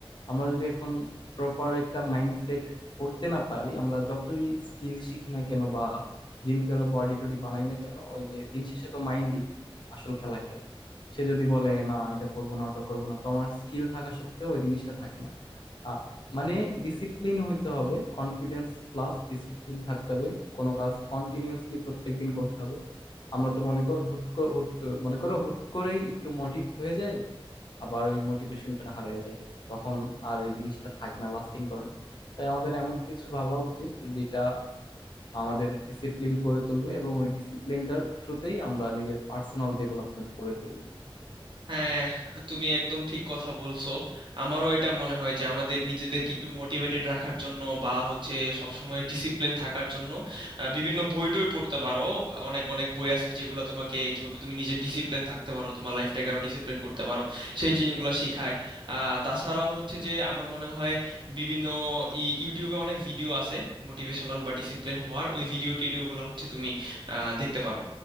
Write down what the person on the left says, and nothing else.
আমরা যদি এখন প্রপার একটা মাইন্ডসেট করতে না পারি আমরা যতই স্কিল শিখি না কেন বা জিম করে বডি টডি বানাই না কেন ওই যে দিন শেষে তো মাইন্ডই আসল খেলা খেলে সে যদি বলে না এটা করব না ওটা করব না তো আমার স্কিল থাকা সত্ত্বেও ওই জিনিসটা থাকে না মানে ডিসিপ্লিন হইতে হবে কনফিডেন্স প্লাস ডিসিপ্লিন থাকতে হবে কোনো কাজ কন্টিনিউসলি প্রত্যেকদিন করতে হবে আমরা তো মনে কর হুট ক- হুট আহ, মনে করো হুট করেই একটু মোটিভ হয়ে যায় আবার ওই মোটিভেশনটা হারিয়ে যায় তখন আর এই জিনিসটা থাকে না লাস্টিং করে না তাই আমাদের এমন কিছু ভাবা উচিত যেটা আমাদের ডিসিপ্লিন করে তুলবে এবং ওই ডিসিপ্লিনটার থ্রুতেই আমরা নিজের পার্সোনাল ডেভেলপমেন্ট করে তুলবো